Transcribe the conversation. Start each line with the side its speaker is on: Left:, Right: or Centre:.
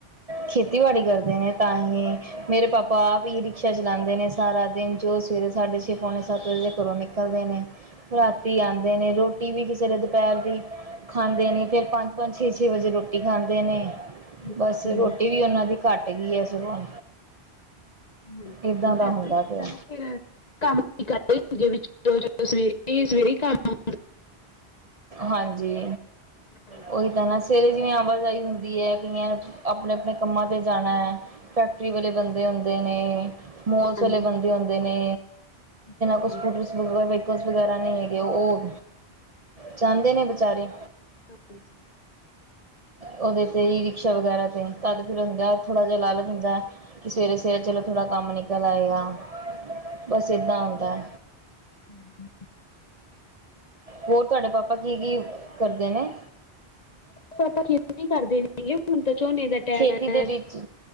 Right: ਖੇਤੀ-ਬਾੜੀ ਕਰਦੇ ਨੇ ਤਾਂ ਹੀ, ਮੇਰੇ ਪਾਪਾ ਪਾ ਵੀ ਰਿਕਸ਼ਾ ਚਲਾਂਦੇ ਨੇ ਸਾਰਾ ਦਿਨ, ਜੋ ਸਵੇਰੇ ਸਾਢੇ-ਛੇ ਪੌਣੇ ਸੱਤ ਵਜੇ ਘਰੋਂ ਨਿਕਲਦੇ ਨੇ। ਰਾਤੀ ਆਂਦੇ ਨੇ, ਰੋਟੀ ਵੀ ਕਿਸੇ ਦੇ ਦੁਪਹਿਰ ਦੀ ਖਾਂਦੇ ਨੇ, ਫੇਰ ਪੰਜ-ਪੰਜ, ਛੇ-ਛੇ ਵਜੇ ਰੋਟੀ ਖਾਂਦੇ ਨੇ।
Left: ਅੱਛਾ।
Right: ਬਸ, ਰ੍ਹੋਟੀ ਵੀ ਉਹਨਾਂ ਦੀ ਘੱਟ ਗਈ ਏ ਸਗੋਂ।
Left: ਹਾਂਜੀ
Right: ਏਦਾਂ ਦਾ
Left: ਐਵੇਂ
Right: ਹੁੰਦਾ ਪਿਆ।
Left: ਨਾ <unintelligible>
Right: ਹਾਂਜੀ।
Left: ਹਾਂਜੀ
Right: ਉਹੀ ਤਾ‌ ਨਾ, ਸਵੇਰੇ ਜਿਂਵੇ ਆਵਾਜਾਈ ਹੁੰਦੀ ਏ, ਕਈਆਂ ਨੇ ਅਪਣੇ-ਅਪਣੇ ਕੰਮਾਂ ਤੇ ਜਾਣਾ। ਫੈਕਟਰੀ ਵਾਲੇ ਬੰਦੇ ਹੁੰਦੇ ਨੇ, ਮੌਲਸ
Left: ਹਾਂਜੀ
Right: ਵਾਲੇ ਬੰਦੇ ਹੁੰਦੇ ਨੇ।
Left: ਹਾਂਜੀ
Right: ਉਹ ਸਕੂਟਰਸ ਵਗੈ, ਵਹੀਕਲਸ ਵਗੈਰਾ ਨਹੀਂ ਹੈਗੇ, ਉਹ ਜਾਂਦੇ ਨੇ ਵਚਾਰੇ।
Left: ਹਰ <inaudible>
Right: ਉਹਦੇ ਤੇ ਈ ਰਿਕਸ਼ਾ ਵਗੈਰਾ ਤੇ, ਤਦ ਫਿਰ ਹੁੰਦੈ ਥੋੜਾ ਜਿਹਾ ਲਾਲਚ ਹੁੰਦਾ। ਕਿ ਸਵੇਰੇ-ਸਵੇਰੇ ਚਲੋ ਥੋੜ੍ਹਾ ਕੰਮ ਨਿਕਲ ਆਏਗਾ, ਬਸ ਏਦਾਂ ਹੁੰਦਾ।
Left: ਹੂੰ, ਹੂੰ
Right: ਹੋਰ, ਤੁਹਾਡੇ ਪਾਪਾ ਕੀ-ਕੀ ਕਰਦੇ ਨੇ?
Left: ਪਾਪਾ ਠੀਕ ਨੀ ਕਰਦੇ ਹੈਗੇ, ਹੁਣ ਤੇ ਝੋਨੇ ਦਾ <unintelligible>
Right: ਖੇਤੀ ਦੇ ਵਿੱਚ